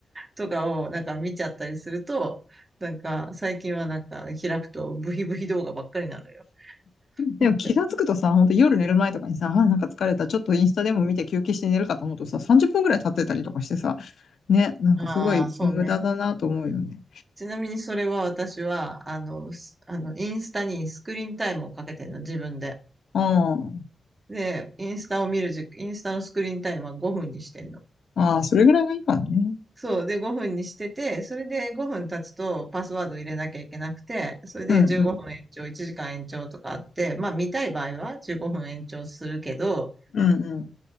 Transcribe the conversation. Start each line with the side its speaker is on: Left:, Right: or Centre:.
Right: とかをなんか見ちゃったりすると、なんか最近はなんか開くとブヒブヒ動画ばっかりなのよ。
Left: でも気がつくとさ、
Right: <laughs>
Left: 本当夜寝る前とかにさ、あ、なんか疲れた、ちょっとインスタでも見て休憩して寝るかと思うとさ、30分ぐらい経ってたりとかしてさ、ね、なんかすごい無駄だなと思うよね。
Right: ああ、そうね。ちなみにそれは私は、あの、すあの、インスタにスクリーンタイムをかけてんの、自分で。
Left: あー
Right: で、インスタを見る時、インスタのスクリーンタイムは5分にしてんの。
Left: あー、それぐらいがいいからね。
Right: そう。で、5分にしてて、それで5分経つとパスワード入れなきゃいけなくて、それで15分延長、
Left: うんうん。
Right: 1時間延長とかあって、まあ見たい場合は15分延長するけど、
Left: うんうん。